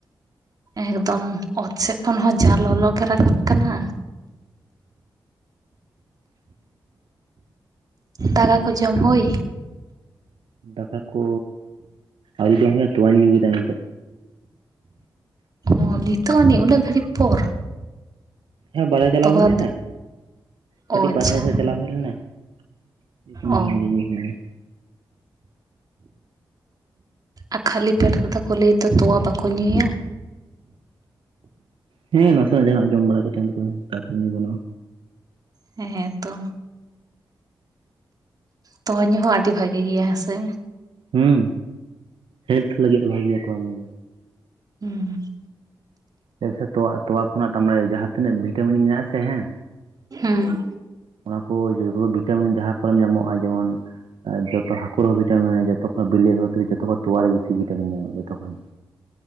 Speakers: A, on the right (about 45°); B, on the right (about 75°).
A: ᱮᱠᱫᱚᱢ ᱥᱮᱫ ᱠᱷᱚᱱ ᱦᱚᱸ ᱡᱟ ᱞᱚᱞᱚᱜᱮ ᱨᱟᱠᱟᱵ ᱠᱟᱱᱟ ᱫᱟᱠᱟ ᱠᱚ ᱡᱚᱢ ᱦᱩᱭ
B: ᱫᱟᱠᱟ ᱠᱚ ᱟᱹᱣᱨᱤ ᱡᱚᱢ ᱦᱩᱭᱩᱜᱼᱟ ᱛᱚᱣᱟ. ᱧ ᱧᱩᱭ ᱠᱮᱫᱟ ᱱᱤᱛᱚᱜ
A: ᱚ ᱱᱤᱛᱚᱜ ᱟᱹᱱᱤᱡ ᱩᱱᱟᱹᱜ ᱜᱷᱟᱹᱲᱤᱡ ᱯᱚᱨ
B: ᱦᱮᱸ ᱵᱟᱨᱦᱮ ᱪᱟᱞᱟᱣ
A: ᱛᱚᱣᱟ
B: ᱦᱩᱭ ᱞᱮᱱᱟ ᱠᱟᱹᱴᱤᱡ
A: ᱚ ᱟᱪᱪᱷᱟ
B: ᱵᱟᱨᱦᱮ ᱥᱮᱫ ᱪᱟᱞᱟᱣ ᱦᱩᱭ ᱞᱮᱱᱟ <unintelligible>
A: ᱚ ᱟᱨ ᱠᱷᱟᱹᱞᱤ ᱯᱮᱴ ᱠᱟᱛᱷᱟ ᱠᱚ ᱞᱟ. ᱭ ᱫᱚ ᱛᱚᱣᱟ ᱵᱟᱠᱚ ᱠᱚ ᱧᱩᱭᱟ
B: ᱦᱮᱸ ᱱᱟᱥᱮ ᱱᱟᱜ ᱡᱟᱦᱟᱸ ᱱᱟᱜ ᱡᱚᱢ ᱵᱟᱲᱟ ᱠᱟᱛᱮ ᱠᱩ ᱠᱟᱢᱤ ᱠᱟᱱᱟ᱾
A: ᱦᱮᱸᱛᱚ ᱛᱚᱣᱟ ᱧᱩ ᱦᱚᱸ ᱟᱹᱰᱤ ᱵᱷᱟᱜᱤ ᱜᱮᱭᱟ ᱦᱮᱸ ᱥᱮ
B: ᱦᱩᱸ ᱦᱮᱞᱛᱷ ᱞᱟᱹᱜᱤᱫ ᱫᱚ ᱵᱷᱟᱹᱜᱤᱭᱟ ᱛᱚᱣᱟ ᱧᱩ ᱫᱚ
A: ᱦᱩᱸ <unintelligible>
B: ᱪᱮᱫ ᱛᱚᱣᱟ ᱛᱚᱣᱟ ᱠᱷᱚᱱᱟᱜ ᱛᱟᱨ ᱢᱟᱱᱮ ᱡᱟᱦᱟᱸ ᱛᱤᱱᱟᱹᱜ ᱵᱷᱤᱴᱟᱢᱤᱱ ᱢᱮᱱᱟᱜ ᱟᱥᱮ ᱦᱮᱸ
A: ᱦᱮᱸ
B: ᱚᱱᱟ ᱠᱚ ᱡᱚᱛᱚ ᱵᱷᱤᱴᱟᱢᱤᱱ ᱡᱟᱦᱟᱸ ᱠᱚᱨᱮ ᱧᱟᱢᱚᱜᱼᱟ ᱡᱮᱢᱚᱱ ᱡᱚᱛᱚ ᱦᱟᱹᱠᱩ ᱨᱮᱦᱚᱸ ᱵᱷᱤᱴᱟᱢᱤᱱ ᱡᱚᱛᱚ ᱡᱚᱛᱠᱷ ᱠᱷᱚᱱ ᱵᱚᱞᱞᱮ ᱫᱚ ᱦᱚᱭ ᱛᱚ ᱡᱚᱛᱚ ᱠᱷᱚᱱ ᱛᱚᱣᱟ ᱨᱮ ᱵᱮᱥᱤ ᱵᱷᱤᱴᱟᱢᱤᱱ ᱧᱟᱢᱚᱜᱼᱟ ᱡᱚᱛᱚ ᱠᱷᱚᱱ